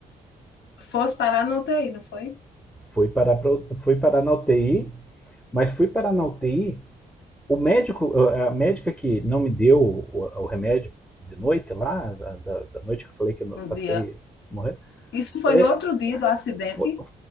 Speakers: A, on the left (about 65°); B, in the centre.
A: fosse parar no UTI, não foi?
B: Fui parar, pra, fui parar na UTI, mas fui parar na UTI. O médico, a médica que não me deu o, o remédio de noite lá, da, da- noite que eu falei que eu
A: Um
B: passei
A: dia.
B: morrendo,
A: Isso foi
B: é,
A: no outro dia do acidente.
B: Foi,